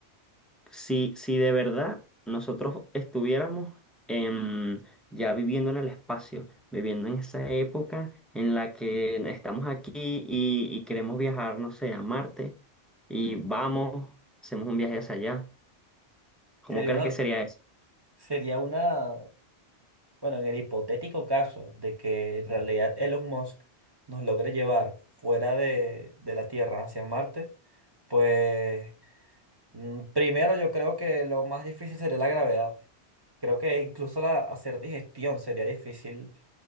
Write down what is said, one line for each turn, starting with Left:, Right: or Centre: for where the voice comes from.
Centre: si, si de verdad nosotros estuviéramos en, ya viviendo en el espacio, viviendo en esa época en la que estamos aquí y, y queremos viajar, no sé, a Marte, y vamos, hacemos un viaje hacia allá. ¿Cómo
Right: Sería
Centre: crees
Right: una,
Centre: que sería eso?
Right: sería una, bueno, en el hipotético caso de que en realidad Elon Musk nos logre llevar fuera de, de la Tierra hacia Marte, pues mm, primero yo creo que lo más difícil sería la gravedad. Creo que incluso la, hacer digestión sería difícil